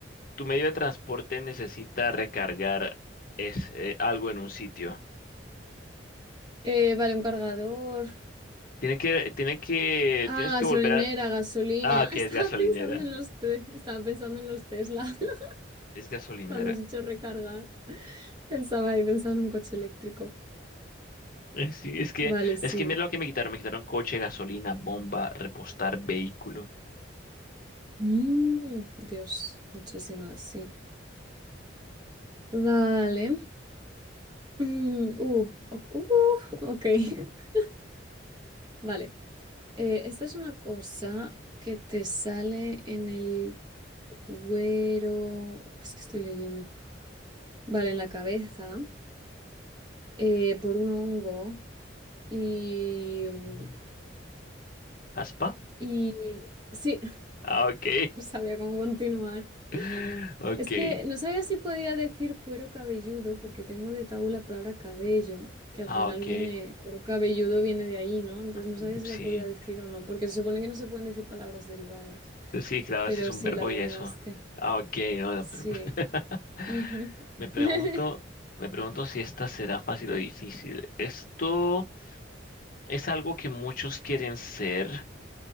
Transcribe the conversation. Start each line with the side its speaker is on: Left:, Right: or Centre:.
Left: tu medio de transporte necesita recargar es, eh, algo en un sitio.
Right: Eh, vale, un cargador.
Left: Tiene que, tiene que,
Right: Ah,
Left: tienes que
Right: gasolinera,
Left: volver a,
Right: gasolina.
Left: ah, que
Right: <laughs> Estaba
Left: es gasolinera,
Right: pensando en los te- estaba pensando en los Tesla. <laughs>
Left: es gasolinera.
Right: Cuando has dicho
Left: <laughs>
Right: recargar, pensaba y pensaba en un coche eléctrico.
Left: Eh, Sí, es que,
Right: Vale, sí.
Left: es que mira lo que me quitaron, me quitaron coche, gasolina, bomba, repostar vehículo.
Right: Mm, Dios, muchísimas, sí. Vale. Mm, uh, ok. uh, ok. <laughs> Vale. Eh, esta es una cosa que te sale en el cuero. Es que estoy leyendo. Vale, en la cabeza. eh, por un hongo. Y.
Left: Mm.
Right: mm,
Left: ¿Aspa?
Right: Y. Sí,
Left: Ah, ok.
Right: <laughs> No sabía cómo continuar.
Left: <laughs> Ok.
Right: Es que no sabía si podía decir cuero cabelludo, porque tengo de tabú la palabra cabello, que
Left: Ah,
Right: al final
Left: ok.
Right: viene, cuero cabelludo viene de ahí, ¿no? Entonces no
Left: Mm,
Right: sabía si
Left: Sí.
Right: la podía decir o no, porque se supone que no se pueden decir palabras derivadas.
Left: Pues Sí, claro,
Right: Pero
Left: sí es un
Right: sí,
Left: verbo
Right: la adivinaste.
Left: y eso. Ah, ok. No, no,
Right: Sí.
Left: pero- <laughs>
Right: Ujú.
Left: me pregunto,
Right: <laughs>
Left: me pregunto si esta será fácil o difícil. Esto es algo que muchos quieren ser